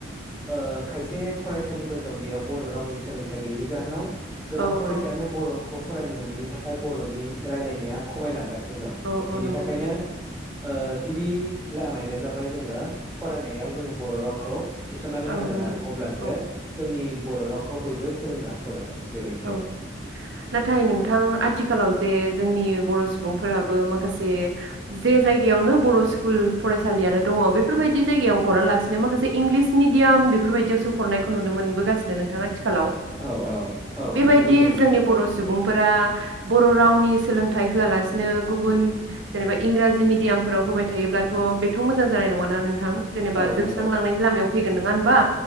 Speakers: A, in the centre; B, on the right.
A: ओ खायसे फरायसालिफोर दं बेयाव बर' रावनि सोलोंथाइ गैयैनि जाहोनाव गोबां
B: औ
A: फरायसायानो
B: औ
A: बर'खौ फरायनो मोनैनि थाखाय बर'नि रायलायनाया खमायलांगासिनो दं
B: औ
A: बिनि
B: औ नंगौ
A: थाखायनो
B: नोंथां
A: । ओ गिबि लामायानो जाबाय जोङो फरायनायाव जोङो बर' रावखौ थिसननानै
B: औ
A: होनांगोन
B: नंगौ
A: आरो।
B: नोंथां
A: अब्लासो जोंनि बर' रावखौ बयबो सोलोंनो आखायाव लागोन। बेबायदि
B: औ
A: आरो
B: नाथाय नोंथां आथिखालाव जे जोंनि बर' सुबुंफोराबो माखासे जे जायगायावनो बर' स्कुल फरायसालियानो दङ बेफोरबाय दि जायगायाव हरालासिनो माखासे इंलिस मिडियाम बेफोरबायदियावसो हरनायखौ नुनो मोनबोगासिनो नोंथां आथिखालाव
A: औ औ
B: बेबायदि
A: बेखौबो जों मिथिगौ
B: जोंनि बर' सुबुंफोरा बर' रावनि सोलोंथाइ होआलासिनो गुबुन जेनेबा इंराजि मिडियामफोराव होबाय थायोब्लाथ' बेथ' मोजां जानाय नङाना नोंथां जेनेबा
A: औ
B: जोबस्रालांनायनि
A: नंगौ
B: लामायाव फै गोन नङा होमबा